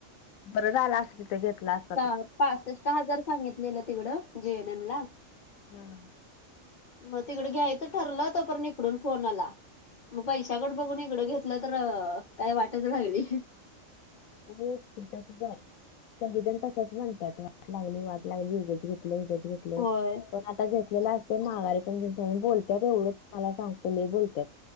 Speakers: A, on the left; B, on the left.
A: बरं झालं असतं. ते घेतलं असतं
B: हां पा-पासष्ट हजार सांगितलेलं तिकडं, जिएनएम ला.
A: हां.
B: म तिकडं घ्यायचं ठरलं तोपरन इकडून फोन आला. म पैशाकडं बघून इकडं घेतलं तर काय वाटचं लागली.
A: <unintelligible> सगळीजण तसंच म्हणत्यात, वाट लागली वाट लागली उगच घेतलं ऊगच घेत
B: होय
A: पण आता घेतलेलं असत माघारी पण बोलतत एवढ सांगत बोलतत.